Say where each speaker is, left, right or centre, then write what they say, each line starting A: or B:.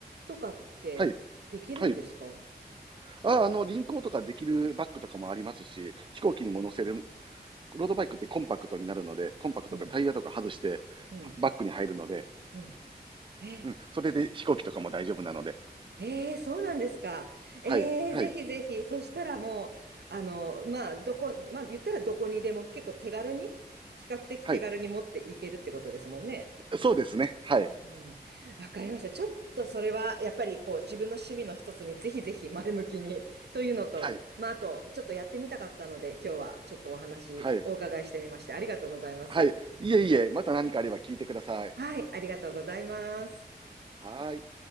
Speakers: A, on the right; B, on the right.
A: とかってできるんですか
B: はい。はい。あ、あの、輪行とかできるバッグとかもありますし、飛行機にも乗せる、ロードバイクってコンパクトになるので、コンパクトかタイヤとか外して、
A: うん、うん、
B: バッグに入るので、
A: うん。え、
B: うん。それで飛行機とかも大丈夫なので、
A: えー、そうなんですか。
B: はい。
A: えー、
B: はい。
A: ぜひぜひ。そしたらもう、あの、まあ、どこ、まあ、言ったらどこにでも結構手軽に、比較的手軽に持っていけるってことですもんね。
B: はい。そうですね。はい。
A: うん。わかりました。ちょっとそれは、やっぱり、こう、自分の趣味の一つにぜひぜひ前向きに、というのと、
B: はい。
A: まあ、あと、ちょっとやってみたかったので、今日はちょっとお話、
B: はい。
A: お伺いしてみまして、ありがとうございます。
B: はい。いえいえ、また何かあれば聞いてください。
A: はい、ありがとうございます。
B: はーい。